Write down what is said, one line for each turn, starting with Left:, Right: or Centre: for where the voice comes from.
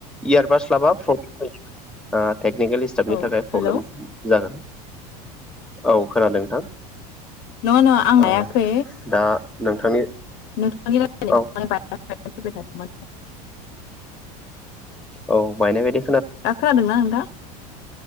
Centre: इयारबाडस लाबा प्रब्लेम टेकनिकेल स्टाफनि
Left: औ
Centre: थाखाय
Left: हेलौ
Centre: प्रब्लेम जागोन। औ खोनादों नोंथां।
Left: नङा नङा आं
Centre: औ
Left: हायाखै
Centre: दा नोंथांनि
Left: नोंथांनि <unintelligible> <unintelligible>
Centre: औ
Left: फैबाय थादों मानो <unintelligible>
Centre: औ मायनायबायदि
Left: दा खोनादोंना नोंथां?